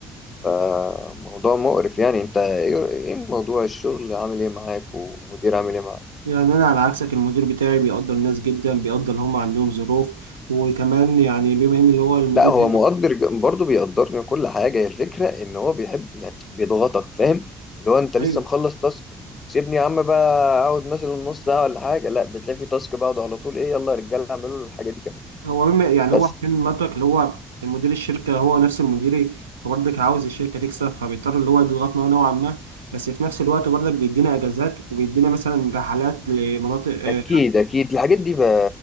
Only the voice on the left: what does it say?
فموضوع مقرف يعني انت ايه إيه موضوع الشغل عامل ايه معاك ومدير عامل ايه معاك
لا هو
مقدر ج- برضه بيقدرني وكل حاجة هي الفكرة إن هو بيحب يعني بيضغطك فاهم اللي هو أنت لسه
مخلص تاسك سيبني يا عم بقى أقعد مثلا نص ساعة ولا حاجة لا بتلاقي في تاسك بعد على طول إيه يلا يا رجالة اعملوا الحاجة دي كمان
بس
أكيد أكيد الحاجات دي بقى